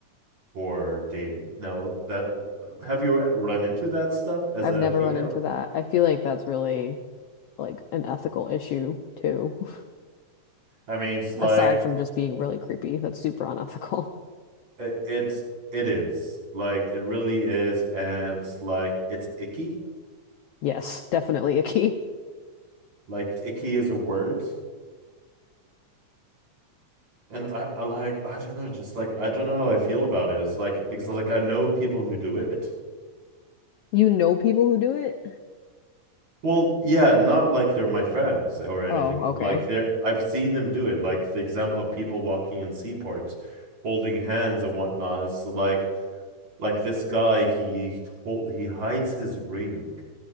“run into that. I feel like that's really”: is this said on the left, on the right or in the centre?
Left